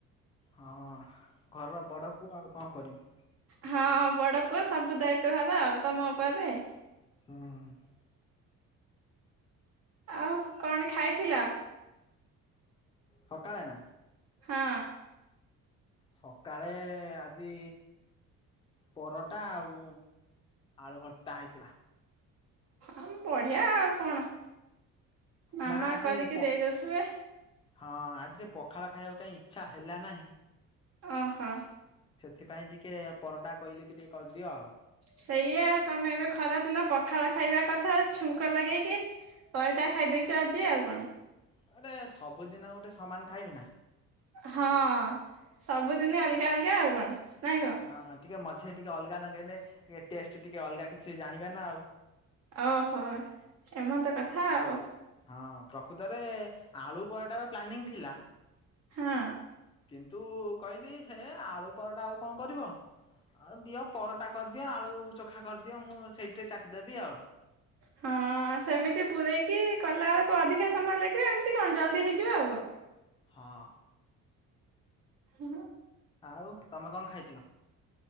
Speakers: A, on the left (about 15°); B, on the right (about 55°).
A: ହଁଘରର ବଡ ପୁଅ ଆଉ କଣ କରିମି।
B: ହଁ ବଡ ପୁଅ ସବୁ ଦାୟିତ୍ୱ ଭାର ତମ ଉପରେ।
A: ହଁଁ।
B: ଆଉ କଣ ଖାଇଥିଲ?
A: ସକାଳେ ନା?
B: ହଁ।
A: ସକାଳେ ଆଜି ପରଟା ଆଉ ଆଳୁ ଭର୍ତ୍ତା ହେଇଥିଲା।
B: ଅ ବଢିଆ ଆଉ କଣ। ମାମା
A: ନା ଆଜି
B: କରିକି
A: ପ
B: ଦେଇ ଦଉଥିବେ
A: ହଁ ଆଜି ଟିକେ ପଖାଳ ଖାଇବାକୁ କାଇଁ ଇଚ୍ଛା ହେଲା ନାହିଁ।
B: ଓହୋ।
A: ସେଥିପାଇଁ ଟିକେ ପରଟା କହିଲି ଟିକେ କରିଦିଅ ଆଉ।
B: ସେଇଆ ତମେ ଏବେ ଖରାଦିନ ପଖାଳ ଖାଇବା କଥା ଛୁଙ୍କ ଲଗେଇକି ପରଟା ଖାଇ ଦେଇଛ ଆଜି ଆଉ କଣ।
A: ଗୋଟେ ସବୁଦିନ ଗୋଟେ ସମାନ ଖାଇମି ନାଁ।
B: ହଁ ସବୁଦିନି ଅଲଗା ଅଲଗା ଆଉ କଣ ନାଇଁ କଣ।
A: ହଁ ହଁ ଟିକେ ମଝିରେ ଟିକେ ଅଲଗା ଲଗେଇନେ ଟିକେ ଟେଷ୍ଟ ଟିକେ ଅଲଗା କିଛି ଜାଣିବା ନା ଆଉ।
B: ଓହୋ ଏମନ୍ତ କଥା ଆଉ।
A: ହଁ ପ୍ରକୃତରେ ଆଳୁ ପରଟାର ପ୍ଲାନିଂ ଥିଲା।
B: ହଁ।
A: କିନ୍ତୁ କହିଲି ହେ ଆଳୁ ପରଟା ଆଉ କଣ କରିବ। ହ ଦିଅ ପରଟା କରିଦିଅ ଆଳୁ ଚୋଖା କରିଦିଅ ମୁଁ ସେଇଠିରେ ଚାଟି ଦେବି ଆଉ।
B: ହଁ ସେମିତି ପୂୁରଇକି କଲା ବେଳକୁ ଅଧିକା ସମୟ ଲାଗିବ ଏମିତି କଣ ଜଲ୍ଦି ହେଇଯିବ ଆଉ କଣ।
A: ହଁ।
B: ହ୍ୟାଲୋ।
A: ଆଉ ତମେ କଣ ଖାଇଥିଲ?